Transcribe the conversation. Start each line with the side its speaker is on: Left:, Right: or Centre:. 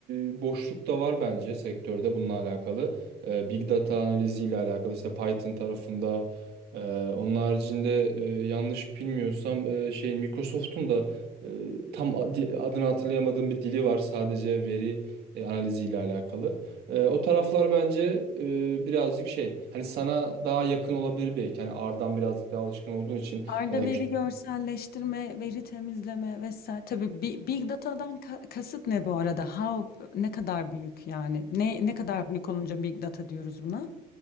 Right: e, boşluk da var bence sektörde bununla alakalı. E, Big data analiziyle alakalı işte Python tarafında. E, onun haricinde e, yanlış bilmiyorsam e, şeyin Microsoft'un da e, tam ad- adını hatırlayamadığım bir dili var sadece veri e, analiziyle alakalı. E, o taraflar bence e, birazcık şey hani sana daha yakın olabilir belki. Hani R'dan birazcık daha alışkın olduğun için.
Left: Arda
Right: e,
Left: veri görselleştirme, veri temizleme vesaire. Tabii bi- big data'dan ka- kasıt ne bu arada? How ne kadar büyük yani? Ne ne kadar büyük olunca big data diyoruz buna?